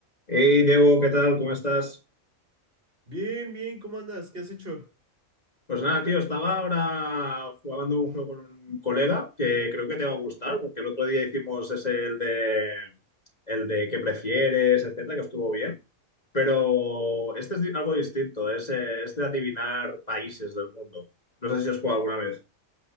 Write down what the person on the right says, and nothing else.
Bien, bien, ¿cómo andas? ¿Qué has hecho?